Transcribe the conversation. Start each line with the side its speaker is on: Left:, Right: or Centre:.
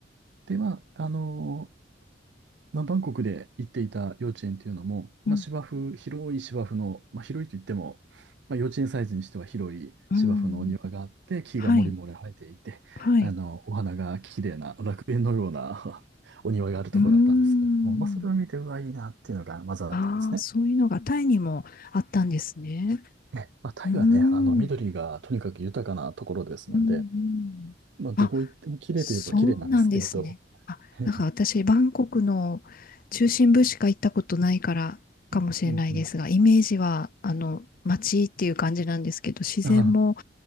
Right: で、まあ、あのまあ、バンコクで行っていた幼稚園っていうのも、
Left: うん、
Right: まあ、芝生、広い芝生の、まあ、広いと言っても、まあ、幼稚園サイズにしては広い芝生のお庭があって、
Left: うん。
Right: 木がもりもり生えていて、
Left: はい、はい。
Right: あの、お花が綺麗な楽園のような <laughs> お庭があるところだったんですけれども、
Left: うーん。
Right: まあ、それを見て、うわ、いいなっていうのがまずあったんですね。
Left: ああ、そういうのがタイにもあったんですね。
Right: え、まあ、タイはね、
Left: うーん。
Right: あの、緑がとにかく豊かなところですので、
Left: うんうん。
Right: まあ、どこ行っても綺麗といえば綺麗なんですけれど、
Left: あ、そうなんですね。あ、
Right: <laughs> う
Left: なんか私、バンコクの中心部しか行ったことないからかもしれないですが、
Right: んうんうん。
Left: イメージは、あの、街っていう感じなんですけど、自然も
Right: あ